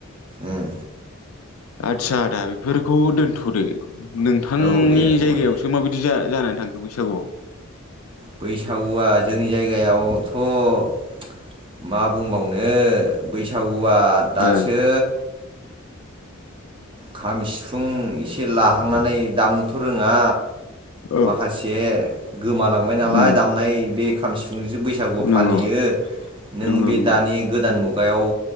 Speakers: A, on the right (about 25°); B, on the left (about 85°).
A: उम
B: आदसा आदा बेफोरखौ दोनथदो नोंथांनि
A: औ दे फंबाय
B: जायगायावसो माबायदि जाया जानानै थांखो बैसागुआव
A: बैसागुआ जोंनि जायगायावथ' मा बुंबावनो बैसागुआ दासो
B: ओ
A: खाम सिफुं एसे लाहांनानै दामनोथ' रोङा
B: औ
A: माखासे गोमालांबाय नालाय
B: उम
A: दामनाय बे खाम सिफुंजो बैस बैसागु
B: नंगौ
A: फालियो नों
B: नंगौ
A: बे
B: नंगौ
A: दानि गोदान मुगायाव